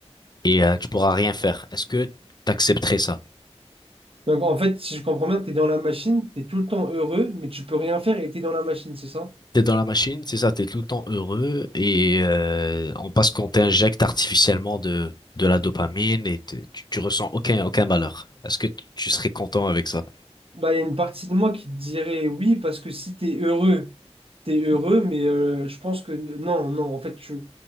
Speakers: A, on the left (about 40°); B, on the right (about 55°).
A: et euh, tu pourras rien faire. Est-ce que tu accepterais ça?
B: Donc, en fait, si je comprends bien, tu es dans la machine, tu es tout le temps heureux, mais tu peux rien faire et tu es dans la machine, c'est ça?
A: T'es dans la machine, c'est ça, t'es tout le temps heureux et euh, on, parce qu'on t'injecte artificiellement de, de la dopamine et te- tu, tu ressens aucun, aucun malheur. Est-ce que t- tu serais content avec ça?
B: Bah, il y a une partie de moi qui te dirait oui, parce que si tu es heureux, t'es heureux, mais euh, je pense que n- non, non, en fait, tu,